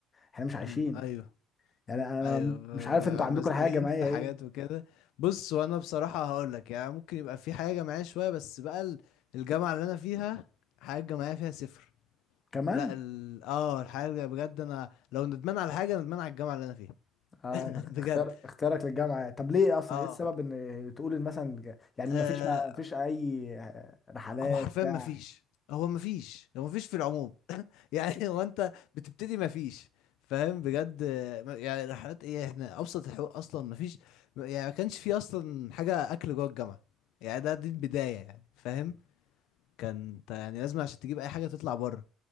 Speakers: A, on the left; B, on the left.
A: احنا مش عايشين
B: امم ايوه
A: يعني انا
B: ايوه
A: م-
B: ب-
A: مش عارف انتوا عندكم
B: ب- مزنوقين
A: الحياه الجماعيه
B: في
A: ايه
B: حاجات وكده بص وانا بصراحه هقول لك يعني ممكن يبقى في حاجه جماعيه شويه بس بقى ال- الجامعه اللي انا فيها حاجه جماعيه فيها صفر
A: كمان
B: لا ال... اه الحاجه اللي بجد انا لو ندمان على حاجه ندمان على الجامعه اللي انا فيها
A: اه
B: <laughs>
A: انت اخ-
B: بجد
A: اختيار اختيارك للجامعه طب ليه اصلا
B: اه
A: ايه السبب ان تقول إن مثلا ج- يعني
B: آه،
A: مفيش ما فيش اي رحلات
B: هو حرفيا
A: بتاع
B: ما فيش هو ما فيش هو ما فيش في العموم يعني <laughs> هو انت بتبتدي مفيش فاهم بجد آه، يعني رحلات ايه احنا ابسط الحقوق اصلا مفيش يعني ما كانش في اصلا حاجه اكل جوه الجامعه يعني ده دي البدايه يعني فاهم كان انت يعني لازم عشان تجيب اي حاجه تطلع بره